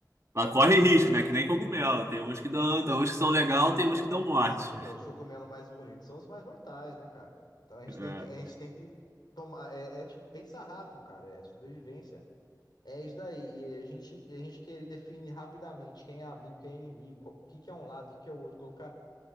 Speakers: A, on the right; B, on the left.
A: ela corre risco, né? Que nem cogumelo. Tem uns que dão, tem uns que são legal, tem uns que dão morte.
B: Sim, os cogumelos mais bonitos são os mais mortais, né, cara? Então a gente
A: É,
B: tem que, a gente tem que tomar. É, é, tipo, pensar rápido, cara. É sobrevivência. É isso daí. E a gente, e a gente querer definir rapidamente quem é amigo, quem é inimigo, qual- o que que é um lado, o que que é o outro, colocar,